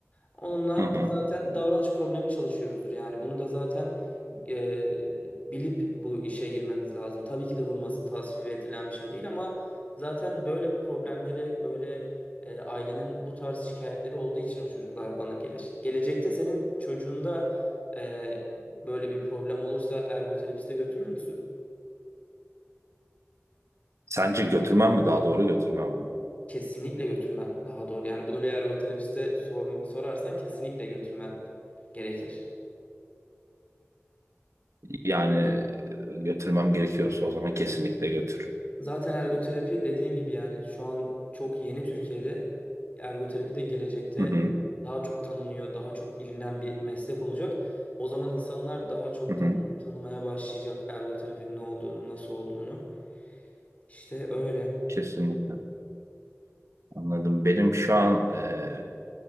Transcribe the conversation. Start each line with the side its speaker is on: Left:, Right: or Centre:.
Left: Onunla
Right: Hı hı.
Left: da zaten davranış problemi çalışıyoruzdur yani. Bunu da zaten e, bilip bu işe girmemiz lazım. Tabii ki de vurması tasvip edilen bir şey değil ama zaten böyle problemleri böyle e, ailenin bu tarz şikayetleri olduğu için o çocuklar bana gelir. Gelecekte senin çocuğunda e, böyle bir problem olursa ergoterapiste götürür müsün?
Right: Sence götürmem mi? Daha doğru götürmemem mi?
Left: Kesinlikle götürmen daha doğru. Yani bunu bir ergoterapiste sorma- sorarsan kesinlikle götürmen gerekir.
Right: Yani e, götürmem gerekiyorsa o zaman kesinlikle götürürüm.
Left: Zaten ergoterapi dediğim gibi yani şu an çok yeni Türkiye'de ergoterapi de gelecekte
Right: Hı hı,
Left: daha çok tanınıyor, daha çok bilinen bir meslek olacak. O zaman insanlar daha çok
Right: hı
Left: tan-
Right: hı.
Left: tanımaya başlayacak ergoterapinin ne olduğunu, nasıl olduğunu. İşte öyle.
Right: Kesinlikle. Anladım. Benim şu an e,